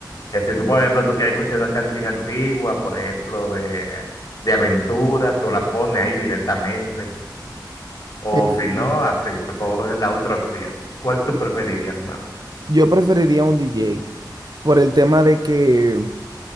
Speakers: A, on the left (about 50°); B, on the right (about 60°).
A: Que si tú, por ejemplo, tú quieres escuchar una canción antigua, por ejemplo, de, de aventura, tú la pones ahí directamente. O
B: Em,
A: si no, así, tú coges la otra opción. ¿Cuál tú preferirías más?
B: yo preferiría un DJ por el tema de que